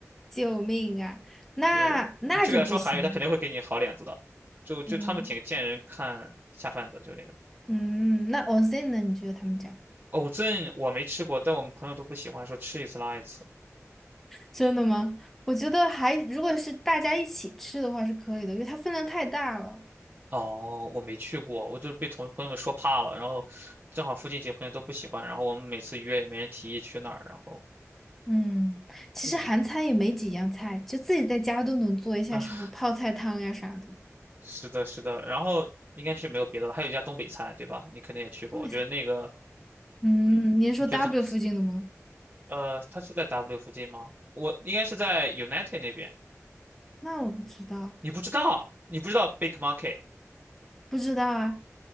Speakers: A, in the centre; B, on the right.
A: 救命啊！那那就不行。
B: 就你去给他说韩语，他肯定会给你好脸子的，就就他们挺见人看下饭的，
A: 嗯。
B: 就那种。
A: 嗯，那 OZ n 呢？你觉得他们家
B: 藕镇我没吃过，但我们朋友都不喜欢，说吃一次拉一次。
A: 真的吗？我觉得还，如果是大家一起吃的话是可以的，因为它分量太大了。
B: 哦，我没去过，我就是被同朋友们说怕了，然后正好附近几个朋友都不喜欢，然后我们每次约也没人提议去那儿，然后
A: 嗯，其实韩餐也没几样菜，
B: 嗯
A: 就自己在家都能做一下什么泡菜汤呀啥的，
B: 啊，是的，是的，然后应该去没有别的了，还有一家东北菜，对吧？你肯定也去过，
A: 都没啥。
B: 我觉得那个
A: 嗯，
B: 嗯，
A: 你是说
B: 你觉得怎么？
A: W 附近的吗？
B: 呃，它是在 W 附近吗？我应该是在 United 那边，
A: 那我不知道，
B: 你不知道，你不知道 Big Monkey，
A: 不知道啊。